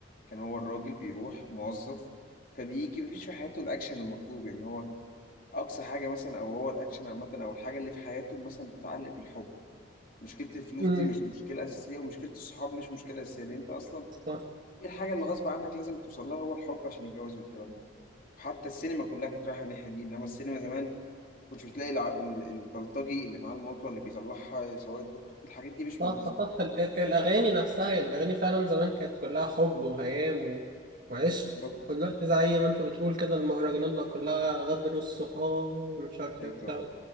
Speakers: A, on the left; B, on the right.
A: كان هو الراجل بيروح موظف فبيجي مفيش في حياته الاكشن المطلوب يعني هو اقصى حاجه مثلا او هو الاكشن عامه او الحاجه اللي في حياته مثلا بتتعلق بالحب مشكله الفلوس
B: امم
A: دي مش مشكله اساسيه ومشكله الصحاب مش مشكله اساسيه لان انت اصلا
B: صح
A: ايه الحاجة اللي
B: صح
A: غصب عنك لازم توصل لها هو الحب عشان الجواز والكلام ده وحتى السينما كلها كانت رايحة الناحية دي انما السينما زمان ما كنتش بتلاقي الع... ال- البلطجي اللي معاه المطوة اللي بيطلعها سواق التوك توك الحاجات دي مش
B: صح
A: موجودة زمان
B: صح. ال- ال- الاغاني نفسها يعني الاغاني فعلا زمان كانت كلها حب وهيام و- وعشق
A: بالظبط
B: ودلوقتي زي ما انت بتقول كده المهرجانات بقى كلها غدر الصحاب ومش عارف
A: ايوه
B: ايه وبتاع